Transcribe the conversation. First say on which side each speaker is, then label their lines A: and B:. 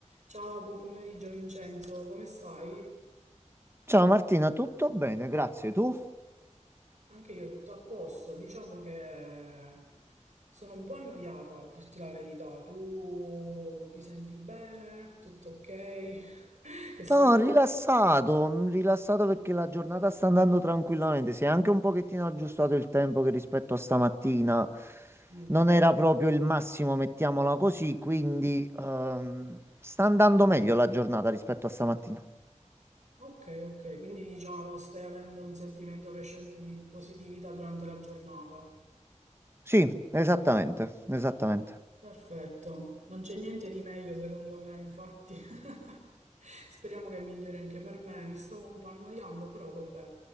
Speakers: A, on the right; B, on the right.
A: Ciao, buon pomeriggio Vincenzo, come stai?
B: Ciao Martina, tutto bene? Grazie. Tu?
A: Anche io tutto a posto, diciamo che sono un po' annoiata, a dirti la verità. Tu ti senti bene? Tutto ok? <laughs> Che sen-
B: No, rilassato, mm, rilassato perché la giornata sta andando tranquillamente. Si è anche un pochettino aggiustato il tempo che rispetto a stamattina
A: Mm.
B: non era proprio il massimo, mettiamola così, quindi ehm, sta andando meglio la giornata rispetto a stamattina.
A: Ok, ok, quindi diciamo stai avendo un sentimento crescente di positività durante la giornata.
B: Sì, esattamente, esattamente.
A: Perfetto, non c'è niente di meglio secondo me, infatti. <laughs> Speriamo che migliori anche per me. Mi stavo un po' annoiando, però vabbè,